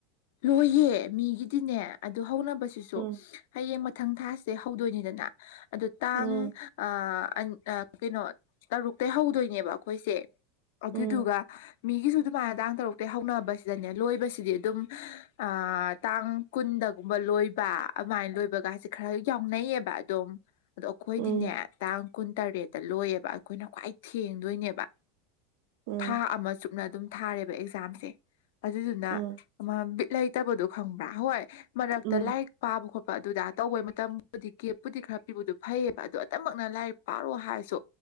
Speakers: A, on the left; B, on the right.
A: ꯂꯣꯏꯌꯦ ꯃꯤꯒꯤꯗꯤꯅꯦ ꯑꯗꯨ ꯍꯧꯅꯕꯁꯤꯁꯨ꯫
B: ꯎꯝ
A: ꯍꯌꯦꯡ ꯃꯊꯪ ꯊꯥꯁꯦ ꯍꯧꯗꯣꯏꯅꯤꯗꯅ ꯑꯗꯣ ꯇꯥꯡ
B: ꯎꯝ
A: ꯑ ꯀꯩꯅꯣ ꯇꯔꯨꯛꯇꯩꯩ ꯍꯧꯗꯣꯏꯅꯦꯕ ꯑꯩꯈꯣꯏꯁꯦ꯫ ꯑꯗꯨꯗꯨꯒ
B: ꯎꯝ
A: ꯃꯤꯒꯤꯁꯨ ꯑꯗꯨꯃꯥꯏꯅ ꯇꯥꯡ ꯇꯔꯨꯛꯇꯩꯩ ꯍꯧꯅꯕꯁꯤꯗꯅꯦ ꯂꯣꯏꯕꯁꯤꯗꯤ ꯑꯗꯨꯝ ꯑꯥ ꯇꯥꯡ ꯀꯨꯟꯗꯒꯨꯝꯕ ꯂꯣꯏꯕ ꯑꯗꯨꯃꯥꯏꯅ ꯂꯣꯏꯕꯒꯥꯁꯦ ꯈꯔ ꯌꯥꯎꯅꯩꯌꯦꯕ ꯑꯗꯨꯝ꯫ ꯑꯗꯣ ꯑꯩꯈꯣꯏꯗꯤꯅꯦ
B: ꯎꯝ
A: ꯇꯥꯡ ꯀꯨꯟꯇꯔꯦꯠꯇ ꯂꯣꯏꯌꯦꯕ ꯑꯩꯈꯣꯏꯅ ꯈ꯭ꯋꯥꯏ ꯊꯦꯡꯗꯣꯏꯅꯦꯕ꯫
B: ꯎꯝ
A: ꯊꯥ ꯑꯃ ꯆꯨꯞꯅ ꯑꯗꯨꯝ ꯊꯥꯔꯦꯕ ꯑꯦꯛꯖꯥꯝꯁꯦ ꯑꯗꯨꯗꯨꯅ꯫
B: ꯎꯝ
A: ꯕꯤꯠ ꯂꯩꯇꯕꯗꯣ ꯈꯪꯕ꯭ꯔꯥ ꯍꯣꯏ ꯃꯔꯛꯇ
B: ꯎꯝ
A: ꯂꯥꯏꯔꯤꯛ ꯄꯥꯕ ꯈꯣꯠꯄ ꯑꯗꯨꯗ ꯇꯧꯕꯩ ꯃꯇꯝꯕꯨꯗꯤ ꯀꯦꯞꯄꯨꯗꯤ ꯈꯔ ꯄꯤꯕꯗꯨ ꯐꯩꯑꯦꯕ ꯑꯗꯣ ꯑꯇꯝꯃꯛꯅ ꯂꯥꯏꯔꯤꯛ ꯄꯥꯔꯣ ꯍꯥꯏꯔꯁꯨ